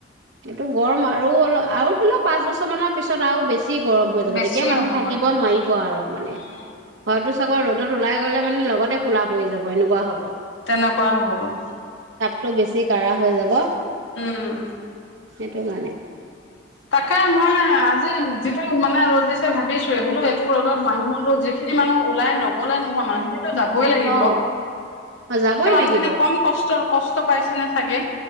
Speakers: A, on the right; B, on the left.
A: এইটো গৰম আৰু অলপ আৰু ধৰি লওঁ পাঁচ বছৰ মানৰ পিছত আৰু বেছি বেছি গৰম হৈ যাব
B: বেছি
A: তেতিয়া মানুহ
B: হ'বগৈ।
A: থাকিব নোৱাৰিব আৰু মানে
B: উম
A: হয়তো ৰ'দত ওলাই গ'লে মানে লগতে কোলা পৰি যাব এনেকুৱা হ'ব
B: তেনেকুৱা হ'ব গৈ
A: টো বেছি কাঢ়া হৈ যাব
B: উম
A: সেইটো কাৰণে
B: তাকে মই আজি যিটো মানে ৰ'দ দিছে ভাবিছো বোলো এইটো ৰদত মানুহৰো যিখিনি মানুহ ওলাই নগললে নোহোৱা মানুহে যাবই লাগিব
A: অ যাবই
B: সেই মানুহখিনি
A: লাগিব
B: কম কষ্ট কষ্ট পাইছে নে চাগে